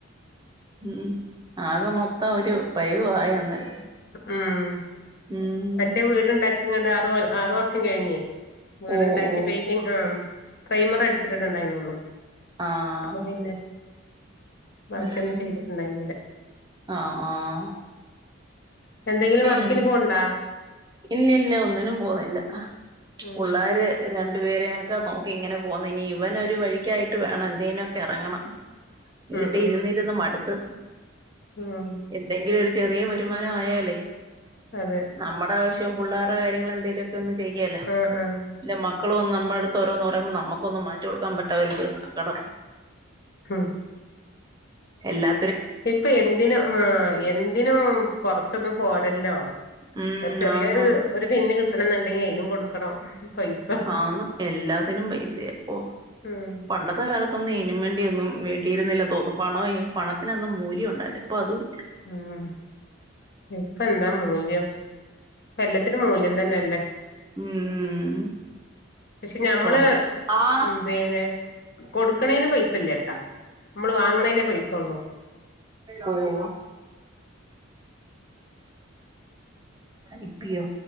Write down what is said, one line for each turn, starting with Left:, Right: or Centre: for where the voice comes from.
Right: ഉം ആകെ മൊത്തം ഒരു പായുവായി എന്നേരം
Left: ഉം
Right: ഉം
Left: മറ്റേ വീടുണ്ടാക്കിങ്ങണ്ട് ആറു വർഷം കഴിഞ്ഞേ വീടുണ്ടാക്കി
Right: ഓ ഓ
Left: പെയിന്റി ആഹ് പ്രൈമർ അടിച്ചിട്ട് ട്ടെ ഇണ്ടായിന്നൊള്ളു.
Right: ആഹ്
Left: അപ്പൊ പിന്നെ ബാക്കിയൊന്നും
Right: ഉം
Left: ചെയ്തിട്ടുണ്ടായിന്നില
Right: ആഹ് ആഹ്
Left: എന്തെങ്കിലും വർക്കിന്
Right: ഉം
Left: പോണ്ണ്ടാ
Right: ഇല്ല ഇല്ല്യ ഒന്നിനും പോവുന്നില്ല
Left: ഉം
Right: പു ള്ളാര് രണ്ടുപേരെയൊക്കെ നോക്കി ഇങ്ങനെ പോകുന്നു, ഇനി ഇവനൊരു വഴിക്കായിട്ട് വേണം എന്തേനൊക്കെ ഇറങ്ങണം വീട്ടി
Left: ഉം ഉം
Right: ഇരുന്നിരുന്ന് മടുത്ത്.
Left: ഉം
Right: എന്തെങ്കിലു ഒരു ചെറിയ വരുമാനവായാലേ.
Left: അതെ.
Right: നമ്മടെ ആവശ്യവും പുള്ളാരെ കാര്യങ്ങളെന്തേലൊക്കെ ഒന്ന് ചെയ്യാലോ.
Left: ആ ആ
Right: ഇല്ല മക്കള് വന്ന്‌ നമ്മളെടുത്ത് ഓരോന്ന് പറയുമ്പം നമുക്കൊന്നും വാങ്ങിച്ച് കൊടുക്കാൻ പറ്റാതെ വരുമ്പം ഒരു സങ്കടം.
Left: ഉം
Right: എല്ലാ
Left: ഇപ്പൊ എന്തിനും ആഹ് എന്തിനും കൊറച്ചൊന്നും പോരല്ലോ.
Right: ഉം
Left: ഒരു ചെറിയൊരു
Right: ആന്നാന്ന്‌.
Left: ഒരു പിന്ന്‌ കിട്ടണംന്ന്ണ്ടെങ്കി അയിനും കൊടുക്കണം. പൈസ
Right: ആന്ന് എല്ലാത്തിനും പൈസയാ. ഒഹ്.
Left: ഉം
Right: പണ്ടത്തെ കാല ത്തൊന്നും ഇനും വേണ്ടി ഒന്നും വേണ്ടിയിരുന്നില്ല തോന്നുന്നു. പണവേ പണത്തിനന്ന് മൂല്യം ഉണ്ടായിരുന്നു. ഇപ്പ അതൂല്ല.
Left: ഉം ഇപ്പെന്താ മൂല്യം ഇപ്പെല്ലത്തിനും മൂല്യം തന്നെല്ലേ.
Right: ഉം
Left: പക്ഷെ ഞമ്മള്
Right: സ്വർണം ആഹ്
Left: ഉം പീന്നെ കൊടുക്ക്ണേന് പൈസ ഇല്ല്യട്ടാ. നമ്മൾ വാങ്ങ്ണേനെ പൈസൊള്ളൂ.
Right: ഓഹ് ഇപ്പിയോ